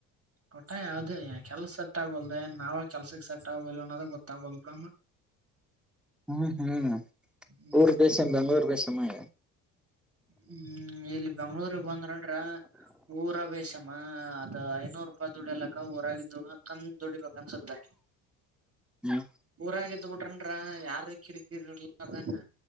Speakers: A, on the right; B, in the centre.
A: ಒಟ್ ಯಾವ್ದದೇ ಕೆಲ್ಸ ಸಟ್ ಆಗೋಲ್ದೆ ನಾವೇ ಕೆಲ್ಸಕ್ ಸೆಟ್ ಆಗಲ್ ಅನ್ನೋದು ಗೊತ್ತಾಗೋಲ್ ಬಿಡಮ್ಮ
B: ಹ್ಮ್ ಹ್ಮ್
A: ಹ್ಮ್
B: ಊರು ಬೆಸ ಬೆಂಗಳೂರು ಲೇಸ ಆಮೆ
A: ಹ್ಮ್ ಇಲ್ಲಿ ಬೆಂಗಳೂರ್ ಬಂದ್ರ ಆಂದ್ರೆ ಊರ ಬೇಷಮ್ಮ ಅದ ಐನೂರು ರೂಪಾಯಿ ದುಡಲಕ್ಕ ಊರಾಗಿದ್ದು ಕಂದ ದುಡಿಬೇಕ ಅನ್ಸುತ್ತೆ
B: ಹ್ಮ್
A: ಊರಾಗಿದ್ದ್ ಬಿಟ್ರನ್ರ ಯಾರ್ ಕಿರಿಕಿರಿಲ್ಲಗ